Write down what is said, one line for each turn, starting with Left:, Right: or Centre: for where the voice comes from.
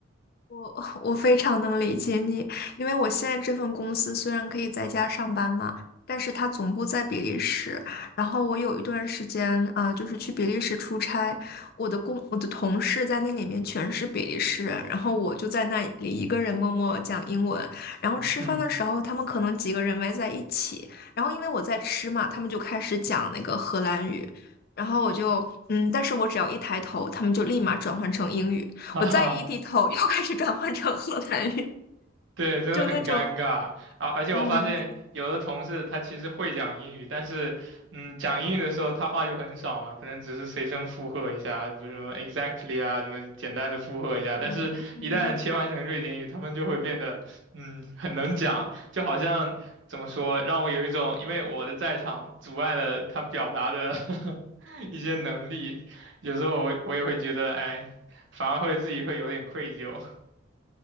Left: 我 <laughs> 我非常能理解你，因为我现在这份公司虽然可以在家上班嘛，但是它总部在比利时。然后我有一段时间，啊，就是去比利时出差，我的工我的同事在那里面全是比利时人，然后我就在那里一个人默默讲英文。然后吃饭的时候，
Right: <laughs> 嗯，
Left: 他们可能几个人围在一起，然后因为我在吃嘛，他们就开始讲那个荷兰语，然后我就嗯，但是我只要一抬头，他们就立马转换成英语。
Right: 哈哈，
Left: 我再一低头 <laughs> 又开始转换成荷兰语，
Right: 对，真的很尴尬啊！
Left: 就那种
Right: 而且我发现有的同事他其实会讲英语，
Left: 嗯
Right: 但是，嗯，讲英语的时候他话就很少嘛，可能只是随声附和一下，比如什么 exactly 啊，什么简单的附和一下。
Left: 嗯嗯，
Right: 但是，一旦切换成瑞典语，他们就会变得，嗯，很能讲，就好像怎么说，让我有一种因为我的在场阻碍了他表达的 <laughs> 一些能力，有时候我我也会觉得，哎，反而会自己会有点愧疚。